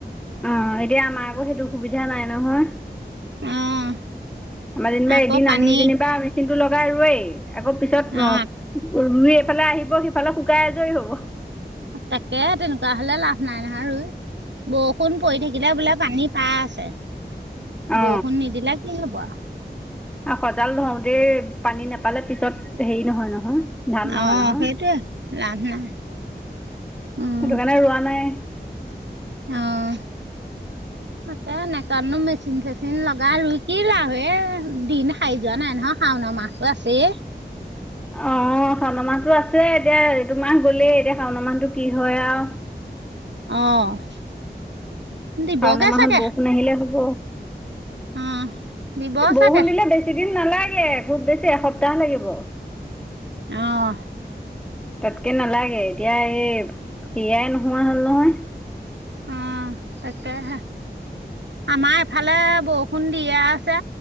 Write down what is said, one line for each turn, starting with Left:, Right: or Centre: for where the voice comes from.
Centre: অ', এতিয়া আমাৰ আকৌ সেইটোসুবিধা নাই নহয়।
Right: অ',
Centre: আমাৰ যেনিবা
Right: আকৌ
Centre: এদিন
Right: পানী
Centre: আনি যেনিবা আমি মেচিনটো লগাই ৰুৱেই, আকৌ পিছত
Right: অ',
Centre: ৰুই এইফালে আহিব সিফালে শুকাই আজৰি হ'ব।
Right: তাকে তেনেকুৱা হ'লে লাভ নাই নহয় ৰুই। বৰষুণ পৰি থাকিলে বোলে পানী পাই আছে।
Centre: অ
Right: বৰষুণ নিদিলে কি হ'ব আও।
Centre: আও সজাল ধওতেই পানী নাপালে পিছত হেৰি নহয়, নহয়। ধান নহয়
Right: অ',
Centre: নহয়
Right: সেইটোয়ে লভ নাই। উম,
Centre: সেইটো কাৰণে ৰোৱা নাই।
Right: অ'।
Centre: <inaudible>
Right: তাকে এনেকেনো মেচিন-চেচিন লগাই ৰুই কি লাভ এই দিন শাৰী যোৱা নাই নহয় শাওনৰ মাহ টো আছেই।
Centre: অ', শাওনৰ মাহটো আছে এতিয়া এইটো মাহ গ'লেই এতিয়া শাওনৰ মাহটো কি হয় আও।
Right: অ'। দিবগে
Centre: শাওণৰ মাহত
Right: চাগে।
Centre: বৰষুণ আহিলে হ'ব,
Right: অ', দিব
Centre: এ বৰষুণ
Right: চাগে
Centre: দিলে বেছি বেছি দিন নালাগে খুব বেছি এসপ্তাহ লাগিব।
Right: অ'।
Centre: তাতকে নালাগে, এতিয়া এই সিয়াই নোহোৱা হ'ল নহয়।
Right: অ, তাকে হে আমাৰ এফালে বৰষুণ দিয়ে আছে।